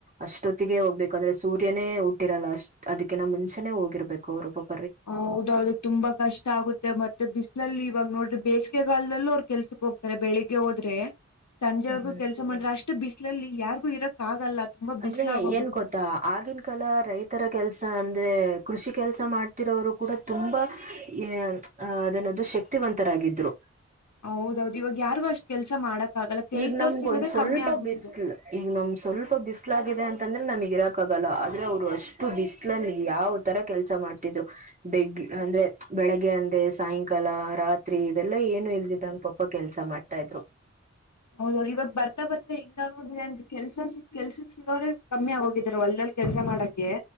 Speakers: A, on the right; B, on the left.
A: ಅಷ್ಟೊತ್ತಿಗೆ ಹೋಗ್ಬೇಕು ಅಂದ್ರೆ ಸೂರ್ಯನೇ ಹುಟ್ಟಿರಲ್ಲ ಅಷ್ಟ ಅದಕ್ಕ ನ ಮುಂಚೆ ಹೋಗಿರ್ಬೇಕು ಅವರು ಪಬ್ <unintelligible>
B: ಹೌದೌದು ತುಂಬ ಕಷ್ಟ ಆಗುತ್ತೆ ಮತ್ <unintelligible> ಮತ್ತೆ ಬಿಸ್ಲಲ್ಲಿ ಇವಾಗ ನೋಡ್ರಿ ಬೇಸಿಗೆಗಾಲದಲ್ಲೂ ಅವರು ಕೆಲ್ಸಕ್ ಹೋಗ್ತಾರೆ ಬೆಳಿಗ್ಗೆ ಹೋದ್ರೆ ಸಂಜೆವರೆಗೂ
A: ಹ್ಮ್
B: ಕೆಲಸ ಮಾಡ್ರೆ ಅಷ್ಟು ಬಿಸಿ <unintelligible> ಲ್ಲಿ ಯಾರ್ಗು ಇರಕ್ ಆಗಲ್ಲ. ತುಂಬಾ
A: ಅಂದ್ರೆ
B: ಬಿಸ್ಲಾಗೋಗುತ್ತೆ
A: ಏನ್ ಗೊತ್ತಾ ಆಗಿನ ಕಾಲ ರೈತರ ಕೆಲಸ ಅಂತ <unintelligible> ಕೃಷಿ ಕೆಲಸ ಮಾಡ್ತಿರೋವರು ಕೂಡ ತುಂಬಾ ಹ ಅದೇನದು ಶಕ್ತಿವಂತರಾಗಿದ್ರು
B: ಹೌದೌದು ಇವಾಗ ಯಾರಿಗು ಅಷ್ಟ್ ಕೆಲ್ಸ ಮಾಡಕ್ ಆಗಲ್ಲ ಕೆಲ್ಸದವ್ರು
A: ಈಗ ನಮ್ಗ
B: ಸಿಗೋದೇ
A: ಒಂದ್ ಸ್ವಲ್ಪ
B: ಕಮ್ಮಿ ಆಗ್ಬಿಟ್ಟಿದೆ
A: ಬಿಸಲ್ ಈಗ ನಮ್ ಸ್ವಲ್ಪ ಬಿಸ್ಲಾಗಿದೆ ಅಂತಂದ್ರೆ ನಮಗ ಇರ ಕ್ಕಾಗಲ್ಲ ಆದ್ರೆ ಅವ್ರು ಅಷ್ಟು ಬಿಸ್ಲಲ್ಲಿ ಯಾವ್ ತರ ಕೆಲ್ಸ ಮಾಡ್ತಿದ್ರು ಬೆಗ್ ಅಂದ್ರೆ ಬೆಳಗ್ಗೆ ಅಂದೆ ಸಾಯಂಕಾಲ ರಾತ್ರಿ ಇವೆಲ್ಲ ಏನು ಇಲ್ದಿದ್ದಂಗ ಪಪ ಕೆಲ್ಸ ಮಾಡ್ತಾ ಇದ್ರು
B: ಹೌದೌದು ಇವಾಗ ಬರ್ತಾ ಬತಾ ಹಿಂಗ ಆದಂದ ಕೆಲ್ಸ ಸಿ ಕೆಲ್ಸಿಕ್ ಸಿಗ್ರೆ <unintelligible> ಕಮ್ಮಿ ಆಗೋಗಿದ್ದ್ರು ಹೊಲದಲಿ ಕೆಲಸ ಮಾಡಕ